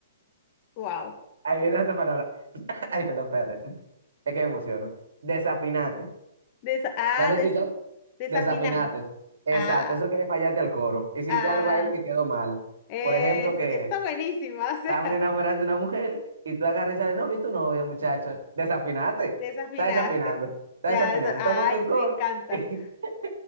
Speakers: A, on the left (about 35°); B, on the right (about 80°).
A: Wow.
B: Ahí viene la otra palabra. <laughs> Ay, perdón, espérate. Es que me emociono. Desafinate.
A: Desa- ah,
B: ¿La has escuchado?
A: des- desafinaste.
B: Desafinate. Exacto,
A: Ah,
B: eso quiere fallarte al coro. Hiciste
A: ah,
B: algo ahí que quedó mal.
A: es,
B: Por ejemplo, que
A: está buenísima, <laughs> o
B: estaban
A: sea,
B: enamorando a una mujer y tú agarras y sales, no, vi tu novia, muchacho, desafinate,
A: desafinaste.
B: está desafinando, está
A: Ya,
B: desafinando,
A: es-
B: estamos
A: ay,
B: en coro.
A: me encanta.
B: <laughs>